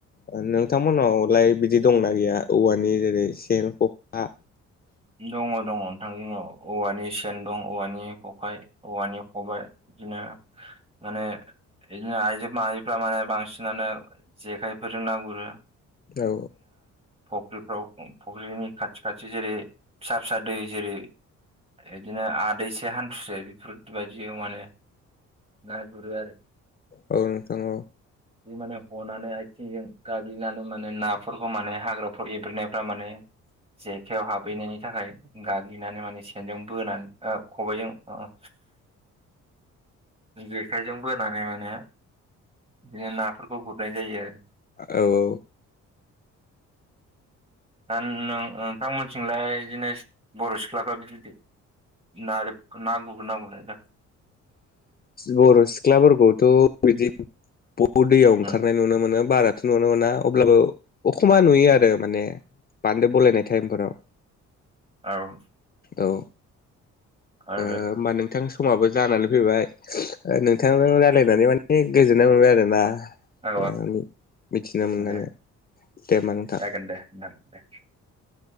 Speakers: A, on the left (about 30°); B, on the right (about 20°).
A: ओ नोंथांमोनावलाय बिदि दंना गैया औवानि जेरै सेन खखा?
B: दङ दङ नोंथां जोंनाव औवानि सेन दं औवानि खखाइ औवानि खबाइ। बिदिनो माने बिदिनो आइजो माहारिफ्रा माने बांसिनानो जेखाइफोरजों ना गुरो।
A: औ।
B: फख्रिफ्राव फख्रिनि खाथि खाथि जेरै फिसा फिसा दै जेरै बिदिनो आदैसे हान्थुसे बेफोरबायदियाव माने ना गुरो आरो
A: औ नोंथां औ
B: बे माने हनानै थिंजों गाब्लिनानै माने नाफोरखौ माने हाग्राफोर एब्रेनायफ्रा माने जेखायाव हाब फैनायनि थाखाय गाग्लिनानै माने सेनजों बोनानै खबायजों ओ, जेखाइजों बोनानै माने बिदिनो नाफोरखौ गुरनाय जायो आरो।
A: औ ओ
B: दा नोंथांमोनथिंलाय बिदिनो बर' सिख्लाफ्रा बि नारोफ ना गुरगोना गुरा जाखो?
A: बर' सिख्लाफोरखौथ' बिदि औ दैयाव ओंखारनाय
B: औ
A: नुनो मोनो बाराथ' नुनो मोना अब्लाबो अखमा नुयो आरो माने बान्दो बलायनाय टाइमफोराव
B: औ।
A: औ, ओ,
B: औ
A: होमबा नों नोंथां समाबो जानानै फैबाय नोंथांजों रायालायनानै मा ए गोजोननाय मोनबाय आरोना
B: औ
A: म मिथिनो मोननानै।
B: औ दे
A: दे होमबा नोंथां
B: जागोन नोंथां दे